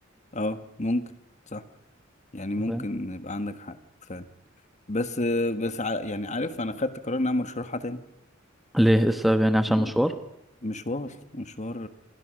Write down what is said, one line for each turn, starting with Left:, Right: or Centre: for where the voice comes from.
Left: اه ممكن صح يعني ممكن
Centre: أنت فاهم
Left: يبقى عندك حق فعلا بس آه، بس ع- يعني عارف انا خدت قرار ان انا مش هروحها تاني
Centre: ليه إيه السبب يعني عشان
Left: مم.
Centre: مشوار
Left: مشوار مشوار